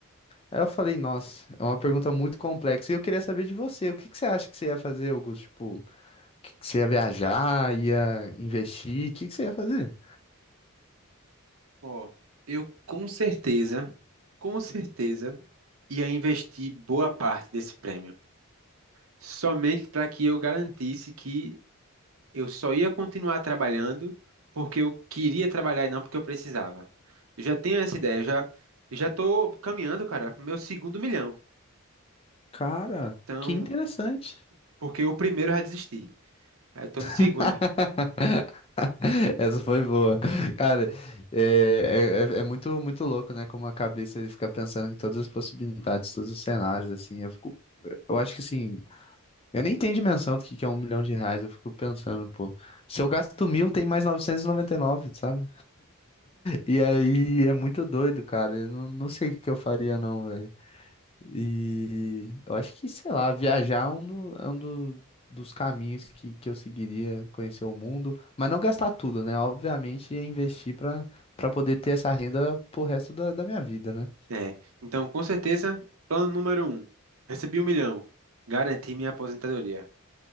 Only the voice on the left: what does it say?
Aí eu falei, nossa, é uma pergunta muito complexa. E eu queria saber de você, o que que você acha que você ia fazer, Augusto? Tipo, que que você ia viajar, ia investir, o que que você ia fazer?
Cara,
que interessante.
<laughs> Essa foi boa. Cara, é, é, é é muito, muito louco, né? Como a cabeça ele fica pensando em todas as possibilidades, todos os cenários, assim. Eu fico, eu acho que assim, eu nem tenho dimensão do que que é um milhão de reais. Eu fico pensando, pô, se eu gasto mil, tem mais novecentos e e noventa e nove, sabe? E aí é muito doido, cara. Eu não, não sei o que que eu faria, não, e eu acho que, sei lá, viajar é um, do- é um do- dos caminhos que, que eu seguiria, conhecer o mundo, mas não gastar tudo, né? Obviamente, é investir para para poder ter essa renda pro resto da, da minha vida, né?